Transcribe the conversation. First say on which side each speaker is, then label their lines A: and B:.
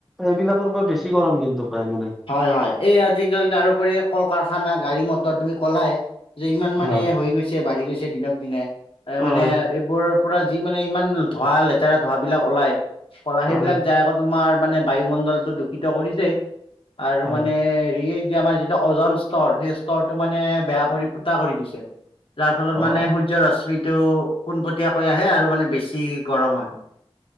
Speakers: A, in the centre; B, on the left.
A: সেইবিলাকৰ পৰা বেছি গৰম কিন্তু পায় মানে।
B: হয়, হয় এই আজিকালি তাৰোপৰি কল কাৰখানা গাড়ী মটৰ তুমি কলাই। যে ইমান মানে
A: হয়
B: হৈ গৈছে বাঢ়ি গৈছে দিনক দিনে, তাৰ
A: হয়
B: মানে এইবোৰৰ পৰা যি মানে ইমান ধোঁৱ লেতেৰা ধোঁৱাবলাক ওলাই, পলা
A: হয়
B: সেইবিলাক যায় আগত তোমাৰ মানে বায়ুমণ্ডলটো দূষিত কৰিছেই আৰু
A: হয়।
B: মানে হেৰি এই যে আমাৰ যিটো অজন স্তৰ, সেই স্তৰটো মানে বেয়া কৰি ফুটা কৰি দিছে। যাৰ ফলত
A: অ'।
B: মানে সূৰ্যৰ ৰশমিতটো পোনপটীয়াকৈ আহে আৰু মানে বেছি গৰম হয়।